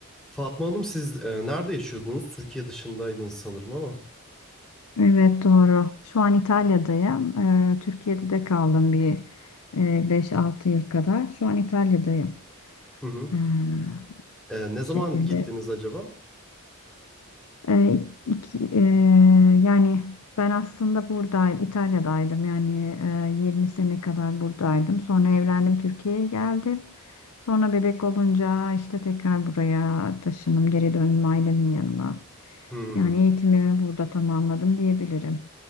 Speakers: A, in the centre; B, on the left.
A: Fatma Hanım siz e, nerede yaşıyordunuz? Türkiye dışındaydınız sanırım ama.
B: Evet doğru. Şu an İtalya'dayım. Ee, Türkiye'de de kaldım bir e, 5-6 yıl kadar. Şu an İtalya'dayım.
A: Hı hı.
B: Ee, bu
A: E, ne zaman
B: şekilde.
A: gittiniz acaba?
B: Ee, iki, e, yani ben aslında burada İtalya'daydım yani e, 20 sene kadar buradaydım. Sonra evlendim, Türkiye'ye geldim. Sonra bebek olunca işte tekrar buraya taşındım, geri döndüm ailemin yanına.
A: Hmm,
B: Yani eğitimimi burada tamamladım diyebilirim.